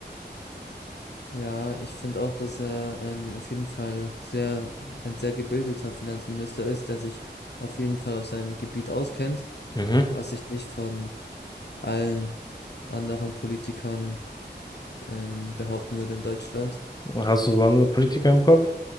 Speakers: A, on the left; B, on the left.
A: Ja, ich finde auch, dass er ähm, auf jeden Fall sehr, ein sehr gebildeter Finanzminister ist, der sich auf jeden Fall auf seinem Gebiet auskennt,
B: Mhm.
A: was ich nicht von allen anderen Politikern ähm, behaupten würde in Deutschland.
B: Hast du so andere Politiker im Kopf,